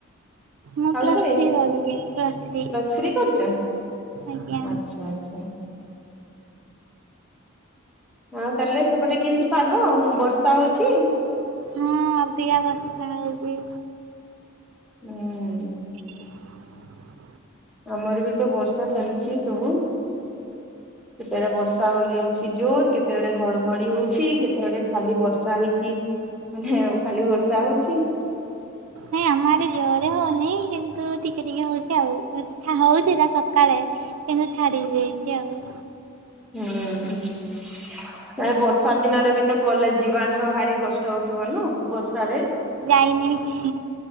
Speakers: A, on the right (about 80°); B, in the centre.
A: ମୁଁ
B: ହାଉସ
A: ପ୍ଲସ
B: ୱାଇଫ୍
A: ଥ୍ରୀ କରୁଚି ପ୍ଲସ ଥ୍ରୀ
B: ପ୍ଲସ୍ କରୁଛ?
A: ଆଜ୍ଞା
B: ଆଚ୍ଛା ଆଚ୍ଛା ଆଉ ତାହେଲେ ସେପଟେ କେମିତି ପାଗ ବର୍ଷା ହଉଛି
A: ହଁ ଅବିକା ବର୍ଷା ହଉଛି
B: ହୁଁ
A: <inaudible>
B: ଆମର ବି ତ ବର୍ଷା ଚାଲିଛି ସବୁ କେତେବେଳେ ବର୍ଷା ହଇଯାଉଛି ଜୋର କେତେବେଡେ ଘଡଘଡି ହଉଛି କେତେବେଳେ ଖାଲି ବର୍ଷା ହେଇକି ମାନେ ଆଉ ଖାଲି ବର୍ଷା ହଉଛି
A: ନାଇଁ ଆମ ଆଡ଼େ ଜୋରେ ହଉନି କିନ୍ତୁ ଟିକେ ଟିକେ ହଉଚି ଆଉ ହଉଛି ସକାଳେ କିନ୍ତୁ ଛାଡ଼ି ଦେଇଛି ଆଉ
B: ହୁଁ ବର୍ଷା ଦିନରେ ବି ତ କଲେଜ ଯିବା ଆସିବା ଭାରି କଷ୍ଟ ହଉଥିବ ନୁ ବର୍ଷାରେ
A: ଯାଇନି ହଁ